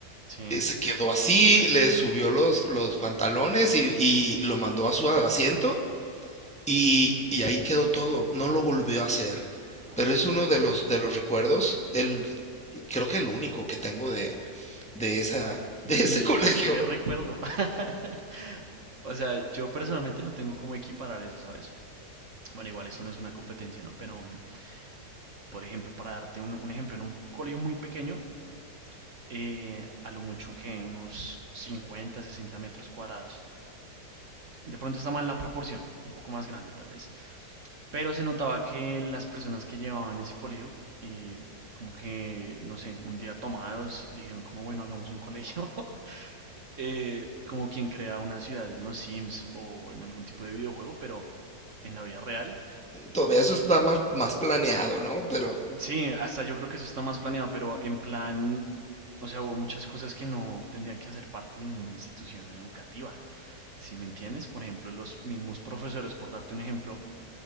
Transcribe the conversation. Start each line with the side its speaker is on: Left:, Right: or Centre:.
Right: sí,
Centre: eh, se quedó así, le subió los, los pantalones y, y lo mandó a su asiento y, y ahí quedó todo, no lo volvió a hacer.
Right: wow,
Centre: Pero
Right: qué
Centre: es
Right: loco.
Centre: uno de los, de los recuerdos, el, creo que el único que tengo de, de esa, de
Right: Men,
Centre: ese
Right: y,
Centre: <laughs> colegio.
Right: y qué recuerdo. <laughs> O sea, yo personalmente no tengo cómo equiparar eso, ¿sabes? Bueno, igual eso no es una competencia, ¿no? Pero, mm, por ejemplo, para darte un, un ejemplo, en un colegio muy pequeño, eh, a lo mucho que unos 50, 60 metros cuadrados. De pronto está mal la proporción, un poco más grande tal vez. Pero se notaba que las personas que llevaban ese colegio, eh, como que, no sé, un día tomados, dijeron como, bueno, hagamos un colegio, <laughs> eh, como quien crea una ciudad en los Sims o en algún tipo de videojuego, pero en la vida real.
Centre: Todavía eso está más, más planeado, ¿no? Pero,
Right: Sí, hasta yo creo que eso está más planeado, pero en plan, o sea, hubo muchas cosas que no tendrían que hacer parte de una institución educativa, si me entiendes. Por ejemplo, los mismos profesores, por darte un ejemplo,